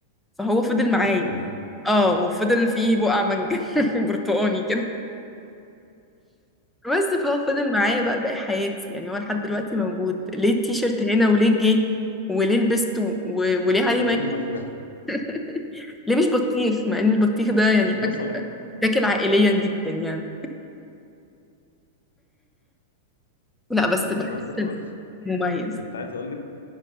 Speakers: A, in the centre; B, on the left.
A: فهو فضل معايا
B: اصلا
A: اه وفضل فيه بقع مانجا <laughs> برتقاني كده بس فهو فضل معايا بقى باقي حياتي يعني هو لحد دلوقتي موجود ليه التيشيرت هنا وليه جه وليه لبسته و- وليه عليه
B: وليه
A: مانجا
B: المانجا
A: <laughs> ليه مش بطيخ مع ان البطيخ ده يعني
B: <laughs> مثلا
A: فاكهة تاكل عائليا جدا يعني لا بس
B: بالمناسبة
A: بحس
B: كمان
A: مميز
B: كنت عايز اقول لك